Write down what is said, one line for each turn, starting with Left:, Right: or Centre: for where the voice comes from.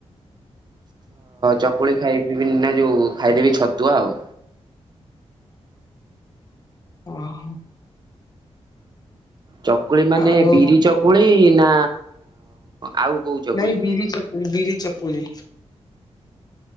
Right: ଚକୁଳି ଖାଇବି ନା ଯୋଉ ଖାଇଦେବି ଛତୁଆ ଆଉ।
Left: ଓ ହୋ।
Right: ଚକୁଳି ମାନେ
Left: ଆଉ
Right: ବିରି ଚକୁଳି ନା। ଆଉ କୋଉ ଚକୁଳି?
Left: ନାଇଁ ବିିରି ଚକୁ ବିିରି ଚକୁଳି।